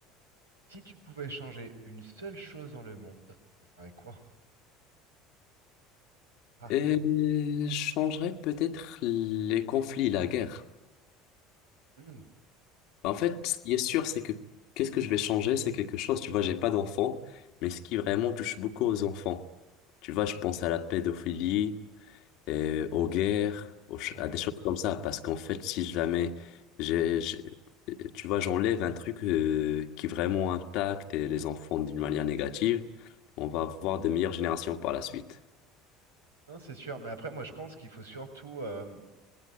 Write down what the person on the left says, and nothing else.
Et je changerais peut-être les conflits, la guerre.
En fait,
ce qui est sûr, c'est que qu'est-ce que je vais changer, c'est quelque chose. Tu vois, j'ai pas d'enfants, mais ce qui vraiment touche beaucoup aux enfants. Tu vois, je pense à la pédophilie, euh, aux guerres, aux ch-
à des choses comme ça. Parce qu'en fait, si jamais, j'ai, j'ai- euh, tu vois, j'enlève un truc euh, qui vraiment impacte les enfants d'une manière négative, on va avoir de meilleures générations par la suite.